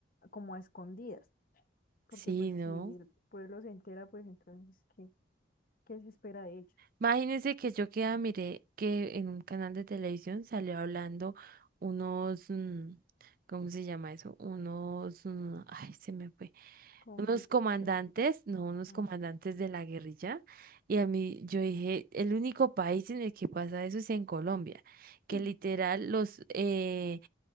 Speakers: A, on the left (about 45°); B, on the right (about 45°).
A: como a escondidas, porque
B: Sí,
A: pues
B: ¿no?
A: si el pueblo se entera, pues entonces, ¿qué, qué se espera de ellos?
B: Imagínense que yo queda, miré que en un canal de televisión salió hablando unos, mm, ¿cómo se llama eso? Unos, mm, ay, se me fue,
A: Congresistas.
B: unos comandantes, no, unos
A: ah.
B: comandantes de la guerrilla. Y a mí, yo dije, el único país en el que pasa eso es en Colombia, que
A: <laughs>
B: literal los, eh,